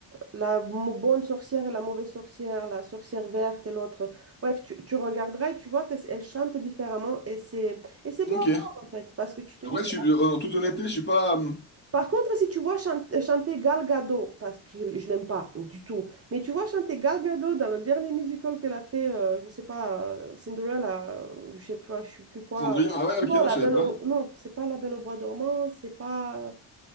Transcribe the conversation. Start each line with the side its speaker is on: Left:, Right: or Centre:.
Right: la mo- bonne sorcière et la mauvaise sorcière, la sorcière verte et l'autre. Bref, tu, tu regarderas et tu vois qu'elle chante différemment et c'est et c'est
Left: Ok.
Right: beau à voir en fait parce que tu te
Left: Après,
Right: dis
Left: je suis, euh, en toute honnêteté, je suis pas euh,
Right: Par contre, si tu vois chan- euh, chanter Gal Gadot, parce que je l'aime pas du tout, mais tu vois chanter Gal Gadot dans le dernier musical qu'elle a fait, euh, je sais pas, euh, Cinderella, euh, je sais pas, je sais plus quoi.
Left: Cendrillon. Ah ouais,
Right: Non,
Left: ok, non,
Right: la
Left: je savais
Right: Belle
Left: pas.
Right: au... non, c'est pas la Belle au bois dormant, c'est pas.